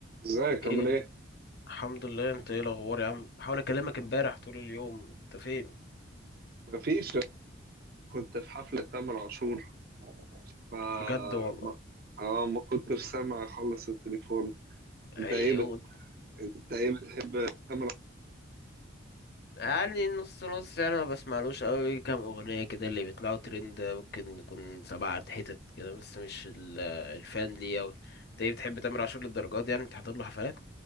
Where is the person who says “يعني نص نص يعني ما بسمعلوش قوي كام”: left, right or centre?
Left